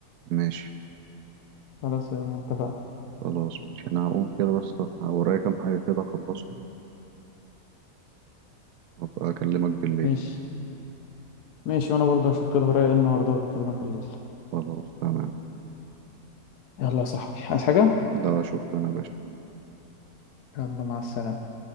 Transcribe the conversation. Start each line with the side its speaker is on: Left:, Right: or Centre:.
Right: ماشي
Left: خلاص يلا اتفقنا
Right: خلاص ماشي انا هقوم كده بس ورايا كام حاجة كده اخلصها وابقى اكلمك بالليل
Left: ماشي ماشي وانا برضه هشوف كده ورايا ايه النهارده وبكلمك بالليل
Right: خلاص تمام
Left: يلا يا صاحبي عايز حاجة
Right: ده شكرا يا باشا
Left: يلا مع السلامة